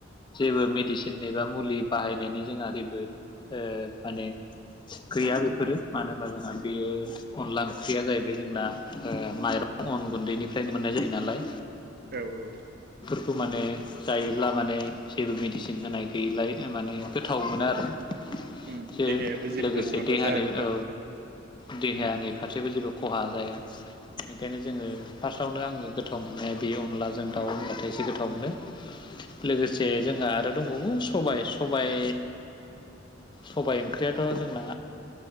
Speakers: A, on the left; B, on the right.
A: जेबो मेडिसिन एबा मुलि बाहायनायनि जोंहा जेबो ओ माने गैया बेफोरो मानो होनबा जोंहा बेयो अनला ओंख्रिया जाहैबाय जोंना ओ माइरं अन गुन्दैनिफ्रायनो मोननाय जायो नालाय।
B: औ औ।
A: खौ माने जायोब्ला माने जेबो मेडिसिन होनाय गैयिलाय माने गोथाव मोनो आरो।
B: उम
A: जे
B: देहायाबो जेबो
A: लोगोसे
B: माबा
A: देहानि
B: जाजोबा
A: औ दे देहानि
B: उम
A: फारसेबो जेबो खहा जाया । बेनिखायनो जोङो फार्स फार्सआवनो आङो गोथाव मोननाया बे आनलाजों दाउ
B: उम
A: होनबाथाय जि गोथा <unintelligible> लोगोसे जों जोंहा आरो दंबावो सबाय सबाइ सबाय ओंख्रियाथ जोंना